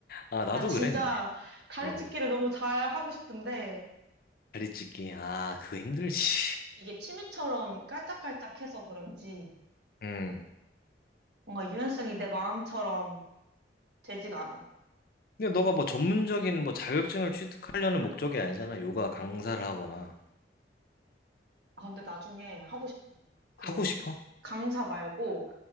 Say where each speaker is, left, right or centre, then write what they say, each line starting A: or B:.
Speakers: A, on the left; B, on the right.
A: 아, 나도
B: 나 진짜
A: 그래, 근데.
B: 다리
A: 어.
B: 찢기를 너무 잘 하고 싶은데
A: 다리 찢기. 아, 그거 힘들지.
B: 이게 취미처럼 깔짝깔짝해서 그런지
A: <laughs> 응.
B: 뭔가 유연성이 내 마음처럼 되지가 않아.
A: 근데 너가 뭐 전문적인 뭐 자격증을 취득하려는 목적이 아니잖아. 요가 강사를 하거나.
B: 아, 근데 나중에 하고 싶어. 그
A: 하고 싶어?
B: 강사 말고